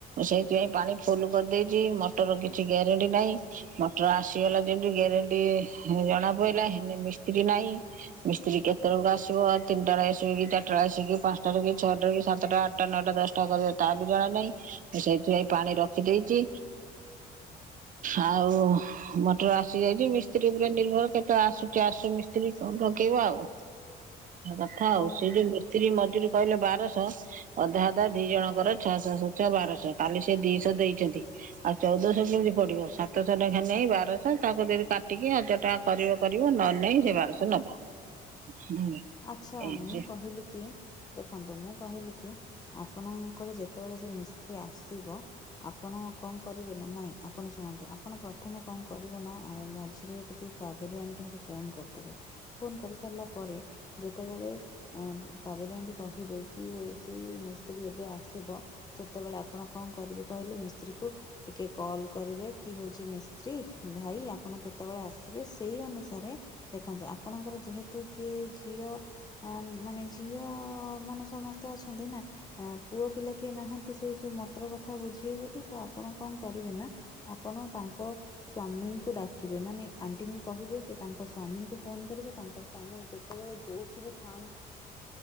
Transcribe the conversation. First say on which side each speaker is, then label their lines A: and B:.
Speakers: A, on the right (about 50°); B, on the left (about 25°).
A: ସେଇଥିପାଇଁ ପାଣି ଫୁଲ କରିଦେଇଛି। ମଟର ର କିଛି ଗ୍ୟାରେଣ୍ଟି ନାହିଁ। ମଟର ଆସିଗଲା ଯେମତି ଗରେଣ ଜଣା ପଡିଲା ହେଲେ ମିସ୍ତ୍ରୀ ନାହିଁ, ମିସ୍ତ୍ରୀ କେତେବେଳକୁ ଆସିବ ତିନିଟା ଆସିକି ଚାରିଟା ଆସିକି, ପାଞ୍ଚଟାରେ କି, ଛଅଟାରେ କି, ସାତଟା ଆଠଟା, ନଅଟା, ଦଶଟା କରିବ ତାହା ବି ଜଣା ନାହିଁ। ସେଇଥିପାଇଁ ପାଣି ରଖି ଦେଇଛି। ଆଉ, ମଟର ଆସି ଯାଇଛି। ମିସ୍ତ୍ରୀ ଉପରେ ନିର୍ଭର କେତେ ଆସୁଛି ଆସୁ ମିସ୍ତ୍ରୀ କଣ ଲାଗେଇବ ଆଉ। କଥା
B: ହଁ
A: ଆଉ, ସେ ଯୋଉ ମିସ୍ତ୍ରୀ ମଜୁରୀ କହିଲେ ବାରଶହ। ଅଧା ଅଧା ଦି ଜଣଙ୍କର ଛଅଶହହ ଛଅ ବାରଶହ। କାଲି ସେ ଦିଶହ ଦେଇଛନ୍ତି। ଆଉ ଚଉଦଶହ କେମିତି ପଡିବ ସାତଶହ ଲେଖା ନେଇାଇଁ ବାରଶହ, ତାକୁ ଯଦି ଟିକେ ହଜ଼ାର ଟଙ୍କା କରିବ କରିବ ନାଁ ନାଇଁ ନହେଲେ ସେ ବାରସ ନବ।
B: ଆଚ୍ଛା
A: ଏଇ
B: ମୁଁ
A: ଯେ
B: କହିଲି କି ଦେଖନ୍ତୁ ମୁଁ କହିଲି କି ଆପଣଙ୍କର ଯେତେବେଳେ ସେ ମିସ୍ତ୍ରୀ ଆସିବ ଆପଣ କଣ କରିବେ ନା ନାଇଁ, ଆପଣ ଶୁଣନ୍ତୁ ଆପଣ ପ୍ରଥମେ କଣ କରିବେ ନା ମଝିରେ ଟିକେ କାବେରୀ ଆଣ୍ଟିଙ୍କୁ ଫୋନ କରିଦେବେ, ଫୋନ କରିସାରିଲା ପରେ। ଯେତେବେଳେ କାବେରି ଆଣ୍ଡି କହିବେ କି ହଉଛି ମିସ୍ତ୍ରୀ ଏବେ ଆସିବ। ସେତେବେଳେ ଆପଣ କଣ କରିବେ କହିଲେ ମିସ୍ତ୍ରୀ କୁ ଟିକେ କଲ କରିବେ କି ହଉଛି ମିସ୍ତ୍ରୀ ଭାଇ ଆପଣ କେତେବେଳେ ଆସିବେ? ସେଇ ଅନୁସାରେ ଦେଖନ୍ତୁ ଆପଣଙ୍କର ଯେହେତୁ କିଏ ଝିଅ ଅ ମାନେ ଝିଅ ମାନେ ସମସ୍ତେ ଅଛନ୍ତି ନା। ଆ ପୁଅ ପିଲା କିଏ ନାହାନ୍ତି ସେଇ ଯୋଉ ମଟର କଥା ବୁଝିବେବୋଲି, ଗୋଟେ ତ ଆପଣ କଣ କରିବେ ନା ଆପଣ ତାଙ୍କ ସ୍ଵାମୀଙ୍କୁ ଡାକିବେ ମାନେ, ଆଣ୍ଟିଙ୍କୁ କହିବେ ସେ ତାଙ୍କ ସ୍ଵାମୀଙ୍କୁ ଫୋନ କରିବେ, ତାଙ୍କ ସ୍ଵାମୀ ସେତେବେଳେ ଯୋଉଠି ବି ଥାନ୍ତ,